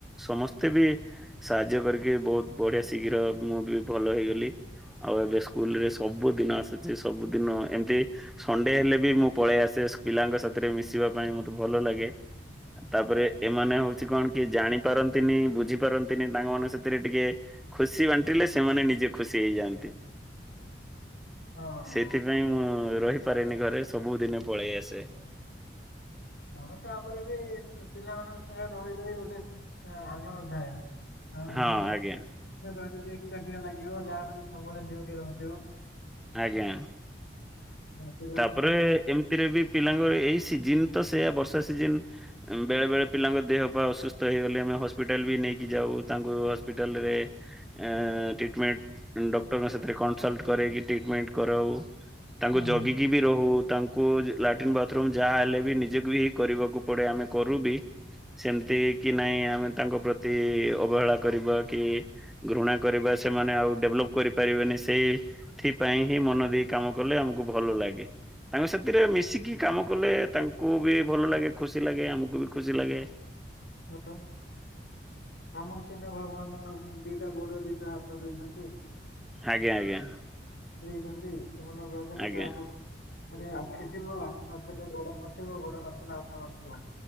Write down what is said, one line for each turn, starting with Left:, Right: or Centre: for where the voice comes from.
Centre: ସମସ୍ତେ ବି ସାହାଯ୍ୟ କରିକି ବହୁତ ବଢିଆ ଶୀଘ୍ର ମୁଁ ବି ଭଲ ହେଇଗଲି। ଆଉ ଏବେ ସ୍କୁଲ ରେ ସବୁ ଦିନ ଆସୁଛି ସବୁ ଦିନ ଏମତି ସଣ୍ଡେ ହେଲେ ବି ମୁଁ ପଳେଇ ଆସେ ପିଲାଙ୍କ ସାଥିରେ ମିଶିବା ପାଇଁ ମତେ ଭଲ ଲାଗେ ତାପରେ ଏମାନେ ହଉ କଣ କି ଜାଣି ପାରନ୍ତିନି ବୁଝି ପାରନ୍ତିନି ତାଙ୍କ ମାନ ସେଥିରେ ଟିକେ ଖୁସି ବାଣ୍ଟିଲେ ସେମାନେ ନିଜେ ଖୁସି ହେଇଯାଆନ୍ତି।
Left: <inaudible> ହଁ।
Centre: ସେଇଥିପାଇଁ ମୁଁ ରହିପାରେନି ଘରେ ସବୁ ଦିନେ ପଳେଇ ଆସେ
Left: ହଁ ତାପରେ ବି ପିଲାମାନଙ୍କ ସାଙ୍ଗରେ ରହି ରହି ଗୋଟେ ଆନନ୍ଦ ଥାଏ। ଆଉ
Centre: ହଁ
Left: ଘର
Centre: ଆଜ୍ଞା
Left: ରହିଲେ ବି ଏକ ଚାଟିଆ ଲାଗିବ ଯାହାଲେ ସବୁବେଳେ ଡିଉଟି ରହୁଥିବ।
Centre: ଆଜ୍ଞା।
Left: ହଁ ପିଲାମାନଙ୍କୁ
Centre: ତାପରେ ଏମିତିରେ ବି ପିଲାଙ୍କର ଏଇ ସିଜିନ୍ ତ ସେଆା ବର୍ଷା ସିଜନ ବେଳେ ବେଳେ ପିଲାଙ୍କ ଦେହ ପା ଅସୁସ୍ଥ ହେଇଗଲେ ଆମେ ହସ୍ପିଟାଲ ବି ନେଇକି ଯାଉ। କୁ ତାଙ୍କୁ ହସ୍ପିଟାଲରେ ଏଁ ଟିଟିମେଣ୍ଟ ଡକ୍ଟରଙ୍କ ସାଥିରେ କନ୍‌ସଲପ୍ଟ କରେଇକି ଟି ଟିଟିମେଣ୍ଟ କରାଉ ତାଙ୍କୁ
Left: ହଁ
Centre: ଯଗିକି
Left: ହଁ।
Centre: ହଉ ତାଙ୍କୁ ଲାଟିନ୍ ବାଥରୁମ ଯାହାହେଲେ ବି ନିଜେକୁ ହିଁ କରିବାକୁ ପଡେ ଆମେ କରୁ ବି। ସେମିତି କି ନାଇଁ ଆମେ ତାଙ୍କ ପ୍ରତି ଅବହେଳା କରିବା କି ଘୃଣା କରିବା ସେମ ମାନେ ଆଉ ଡେଭଲପ କରିପାରିବେନି ସେଇଥିପାଇ ହିଁ ମନ ଦେଇ କାମ କଲେ ଆମକୁ ଭଲ ଲାଗେ ଗେ। ତାଙ୍କ ସାଥିରେ ମିଶିକି କାମ କଲେ ତାଙ୍କୁ ବି ଭଲ ଲାଗେ ଖୁସି ଲାଗେ ଆମକୁ ବି ଖୁସି ଲାଗେ।
Left: ହଁ। ଆମକୁ ସିନା ଭାଗବନେ ଦିଟା ଗୋଡ଼, ଦିଟା ହାତ ଦେଇ ଚନ୍ତି।
Centre: ଆଜ୍ଞା ଆଜ୍ଞା।
Left: ଚନ୍ତି ସେମାନଙ୍କ ପାଖରେ
Centre: ଆଜ୍ଞା
Left: କାହା ପା--ରେ ଆଖି ଥିବ ଆଖି ନଥିଲେ ଗୋଡ ନଥିବ, ଗୋଡ ନଥିଲେ ହାତ ନଥିବ।